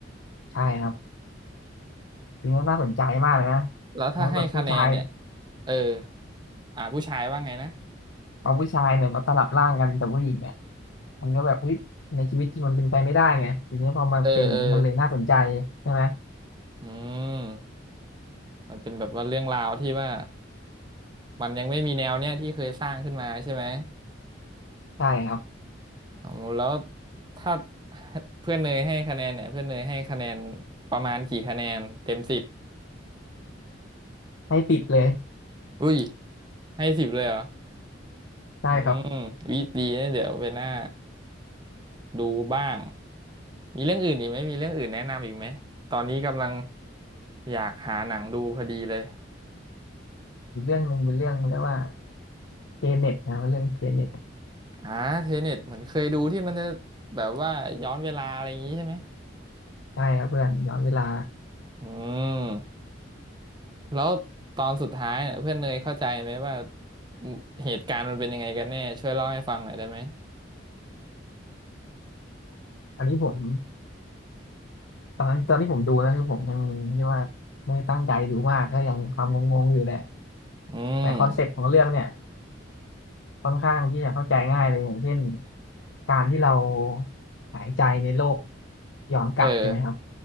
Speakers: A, on the left (about 75°); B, on the right (about 25°).
A: ใช่ครับทีนี้น่าสนใจมากเลยนะ
B: แล้วถ้าให้คะแนนเนี่ย
A: แม้แบบผู้ชาย
B: เอออ่าผู้ชายว่าไงนะ
A: เอาผู้ชายเนี่ยมาสลับร่างกันแต่ผู้หญิงเนี่ยมันก็แบบอุ๊ยในชีวิตจริงมันเป็นไปไม่ได้ไงทีนี้พอมาเป็นอย่างนี้มันเลยน่าสนใจใช่ไหม
B: เออเอออืมมันเป็นแบบว่าเรื่องราวที่ว่ามันยังไม่มีแนวเนี้ยที่เคยสร้างขึ้นมาใช่ไหม
A: ใช่ครับ
B: อ๋อแล้วถ้าเพื่อนเนยให้คะแนนเนี่ยเพื่อนเนยให้คะแนนประมาณกี่คะแนนเต็มสิบ
A: ให้ติดเลย
B: อุ้ยให้สิบเลยเหรอ
A: ได้ครับ
B: อืมวิดีนะเดี๋ยวไปหน้าดูบ้างมีเรื่องอื่นอีกไหมมีเรื่องอื่นแนะนำอีกไหมตอนนี้กำลังอยากหาหนังดูพอดีเลย
A: อีกเรื่องหนึ่งเป็นเรื่องเรียกว่าเทเน็ตนะเป็นเรื่องเทเน็ต
B: อ่าเทเน็ตเหมือนเคยดูที่มันจะแบบว่าย้อนเวลาอะไรอย่างนี้ใช่ไหม
A: ได้ครับเพื่อนย้อนเวลา
B: อืมแล้วตอนสุดท้ายเนี่ยเพื่อนเนยเข้าใจไหมว่าอืมเหตุการณ์มันเป็นยังไงกันแน่ช่วยเล่าให้ฟังหน่อยได้ไหม
A: อันนี้ผมตอนนั้นตอนที่ผมดูนะคือผมยังเรียกว่าไม่ได้ตั้งใจดูมากก็ยังความงงๆอยู่แหละ
B: อืม
A: แต่คอนเซ็ปต์ของเรื่องเนี่ยค่อนข้างที่จะเข้าใจง่ายเลยอย่างเช่นการที่เราหายใจในโลกย้อนกลับใช่ไหมครับ
B: เออ